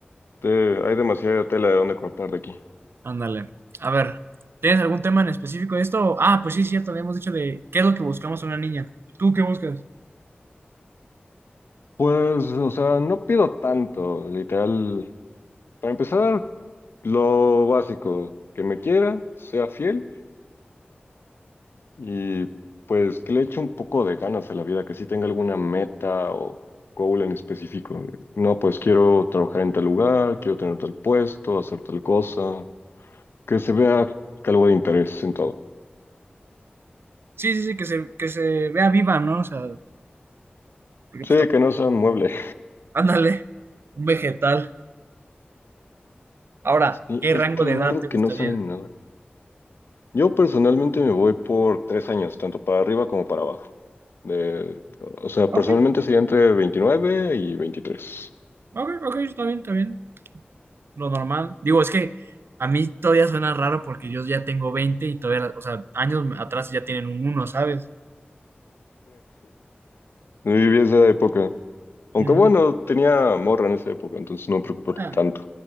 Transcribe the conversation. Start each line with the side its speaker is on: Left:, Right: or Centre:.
Left: te- hay demasiada tela de dónde cortar de aquí.
Right: Ándale. A ver, ¿tienes algún tema en específico de esto? Ah, pues sí, cierto, habíamos dicho de qué es lo que buscamos en una niña. ¿Tú qué buscas?
Left: Pues, o sea, no pido tanto, literal. Para empezar, lo básico, que me quiera, sea fiel y pues que le eche un poco de ganas a la vida, que sí tenga alguna meta o goal en específico. de, No, pues quiero trabajar en tal lugar, quiero tener tal puesto, hacer tal cosa, que se vea algo de interés en todo.
Right: Sí, sí, sí, que se, que se vea viva, ¿no? O sea, porque pues,
Left: Sí,
Right: tam-
Left: que no sean muebles.
Right: ándale, un vegetal. Ahora,
Left: Sí,
Right: ¿qué
Left: es
Right: rango
Left: que
Right: de
Left: hay
Right: edad
Left: morros
Right: te gustaría?
Left: que no saben nada. Yo personalmente me voy por tres años, tanto para arriba como para abajo. De, o sea,
Right: Ok,
Left: personalmente sería entre 29 y 23.
Right: ok, ok, está bien, está bien. lo normal. Digo, es que a mí todavía suena raro porque yo ya tengo 20 y todavía, o sea, años atrás ya tienen un uno ¿sabes?
Left: Yo viví esa época. Aunque
Right: Ujú.
Left: bueno, tenía morra en esa época, entonces no me preocupó
Right: Ah,
Left: tanto.